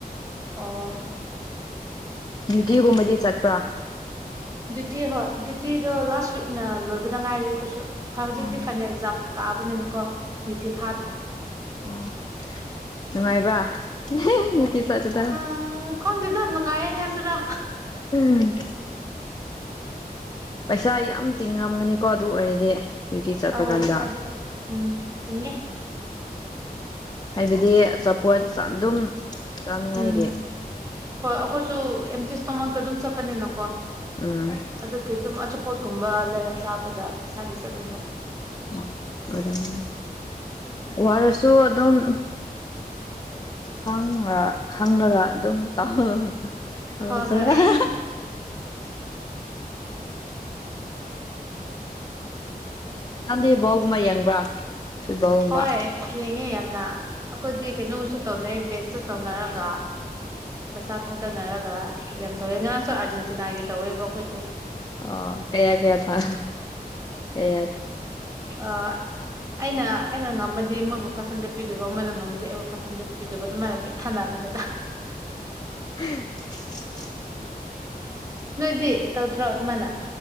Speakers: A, on the right; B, on the left.
A: ꯑꯣ
B: ꯗ꯭ꯌꯨꯇꯤꯒꯨꯝꯕꯗꯤ ꯆꯠꯄ꯭ꯔꯥ
A: ꯗꯤꯌꯨꯇꯤ ꯍꯣꯏ ꯗꯤꯌꯨꯇꯤꯗꯣ ꯂꯥꯁꯋꯤꯛꯅ ꯂꯣꯏꯕꯗ ꯉꯥꯏꯔꯤ ꯑꯩꯈꯣꯏꯁꯨ ꯐꯥꯏ ꯍꯧꯖꯤꯛꯇꯤ
B: ꯎꯝ
A: ꯐꯥꯏꯅꯦ ꯑꯦꯛꯖꯥꯝ ꯂꯥꯛꯑꯕꯅꯤꯅꯀꯣ ꯗꯤꯇꯤ ꯊꯥꯗ꯭ꯔꯦ
B: ꯑꯣ ꯅꯨꯉꯥꯏꯕ꯭ꯔꯥ ꯅꯨꯇꯤ ꯆꯠꯄꯗꯣ
A: ꯑꯥ ꯈꯪꯗꯦꯗ ꯅꯨꯡꯉꯥꯏꯌꯦ ꯍꯥꯏꯁꯤꯔꯥ
B: ꯎꯝ <inaudible> ꯄꯩꯁꯥ ꯌꯥꯝ ꯇꯤꯡꯔꯝꯒꯅꯤꯀꯣ ꯑꯗꯨ ꯑꯣꯏꯔꯗꯤ ꯗꯤꯌꯨꯇꯤ ꯆꯥꯠꯄꯀꯥꯟꯗ
A: ꯑꯧ ꯄꯩꯁꯥꯗꯤ ꯎꯝ ꯇꯤꯡꯉꯦ
B: ꯍꯥꯏꯕꯗꯤ ꯑꯆꯥꯄꯣꯠ ꯆꯥ ꯑꯗꯨꯝ ꯆꯥꯅꯉꯥꯏꯒꯤ
A: ꯎꯝ ꯍꯣꯏ ꯑꯈꯣꯏꯁꯨ ꯑꯦꯝꯇꯤ ꯏꯁꯇꯣꯃꯛꯇ ꯑꯗꯨꯝ ꯆꯥꯠꯄꯅꯤꯅꯀꯣ
B: ꯎꯝ
A: ꯑꯗꯨꯒꯤ ꯑꯗꯨꯝ ꯑꯆꯥꯄꯣꯠꯀꯨꯝꯕ ꯂꯩꯔ ꯆꯥꯕꯗ ꯄꯩꯁꯥꯗꯤ ꯆꯠꯂꯦ ꯍꯣꯏ
B: ꯎꯝ ꯑꯣꯏꯔꯝ ꯋꯥꯔꯁꯨ ꯑꯗꯨꯝ ꯈꯥꯡꯔ ꯈꯪꯔꯒ ꯑꯗꯨꯝ ꯇꯧ ꯇꯧꯖꯔ
A: ꯍꯣꯏ ꯍꯣꯏ
B: ꯅꯪꯗꯤ ꯕꯣꯜ ꯒꯨꯝꯕ ꯌꯦꯡꯕ꯭ꯔꯥ ꯐꯨꯠꯕꯣꯜꯒꯨꯝꯕ
A: ꯍꯣꯏ ꯌꯦꯡꯉꯦ ꯌꯥꯝꯅ ꯑꯈꯣꯏꯗꯤ ꯀꯩꯅꯣꯒꯁꯨ ꯇꯧꯅꯩ ꯕꯦꯠꯁꯨ ꯇꯧꯅꯔꯒ ꯄꯩꯁꯥ ꯊꯥꯗꯅꯔꯒ ꯌꯥꯝ ꯇꯧꯋꯦ ꯉꯔꯥꯡꯁꯨ ꯑꯥꯔꯖꯦꯟꯇꯤꯅꯥꯒꯤ ꯇꯧꯋꯦꯕ ꯑꯈꯣꯏꯗꯣ
B: ꯑꯣ ꯀꯌꯥ ꯀꯌꯥ ꯊꯥ ꯀꯌꯥ
A: ꯑ ꯑꯩꯅ ꯑꯩꯅ ꯉꯝꯃꯗꯤ ꯃꯣꯏꯕꯨ ꯐꯥꯏꯚ ꯍꯟꯗ꯭ꯔꯦꯠ ꯄꯤꯗꯣꯏꯕ ꯃꯣꯏꯅ ꯉꯝꯃꯗꯤ ꯑꯩꯕꯨ ꯐꯥꯏꯚ ꯍꯟꯗ꯭ꯔꯦꯠ ꯄꯤꯗꯨꯏꯕ ꯑꯗꯨꯃꯥꯏꯅ ꯕꯦꯠ ꯊꯥꯅꯕꯅꯦꯗ
B: <unintelligible>
A: ꯅꯣꯏꯗꯤ ꯇꯧꯗ꯭ꯔꯣ ꯑꯗꯨꯃꯥꯏꯅ